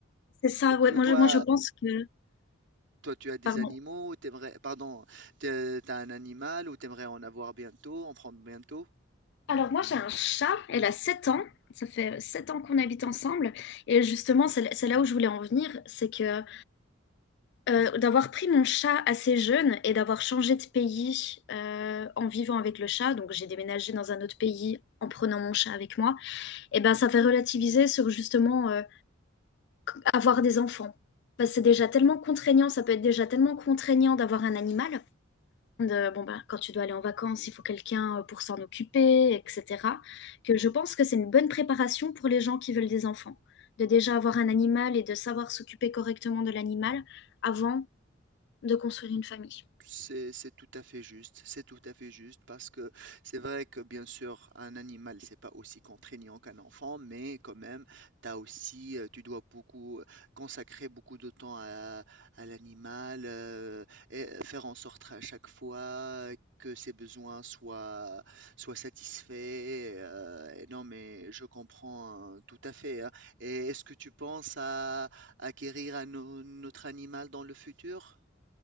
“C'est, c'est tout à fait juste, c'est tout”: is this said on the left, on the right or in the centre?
Right